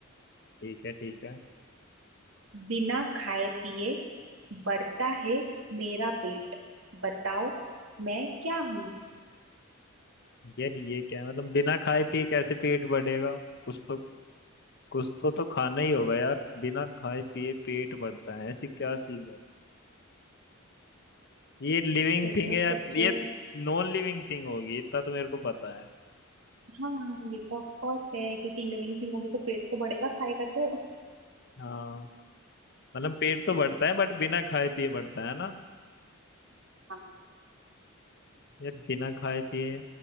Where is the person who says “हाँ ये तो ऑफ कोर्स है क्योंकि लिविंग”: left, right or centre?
Right